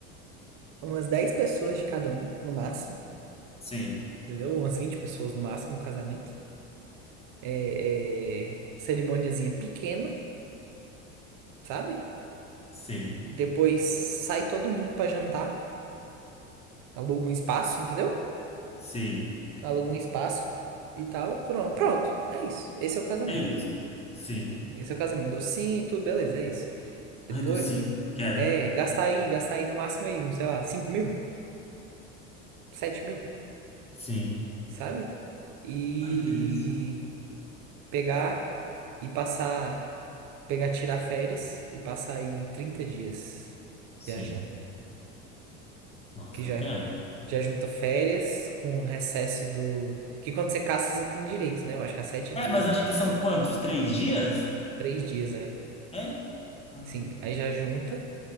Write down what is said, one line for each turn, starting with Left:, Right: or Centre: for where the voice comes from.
Right: Umas 10 pessoas de cada um, no máximo,
Left: Sim,
Right: entendeu? Umas 20 pessoas no máximo no casamento. É, é, cerimôniazinha pequena, sabe?
Left: sim,
Right: Depois sai todo mundo pra jantar, aluga um espaço, entendeu?
Left: sim.
Right: Aluga um espaço e tal, pronto. Pronto, é isso. Esse é o casamento.
Left: É isso. Sim.
Right: Esse é o casamento. Docinho, tudo, beleza, é isso. Depois,
Left: Ai, docinho? Quero.
Right: é, gastar aí, gastar aí no máximo aí, um, sei lá, cinco mil, sete mil.
Left: Sim.
Right: sabe? E
Left: Ai, que delícia.
Right: pegar e passar, pegar, tirar férias e passar aí 30 dias
Left: Sim.
Right: viajando.
Left: Nossa,
Right: Que já,
Left: eu quero.
Right: já junta férias com o recesso do. Que quando você caça, você tem direito, né? Eu acho que há sete dias,
Left: É, mas
Right: sei
Left: acho
Right: lá.
Left: que são quantos? Três dias?
Right: Três dias, é.
Left: É? Hum,
Right: Sim, aí já junta,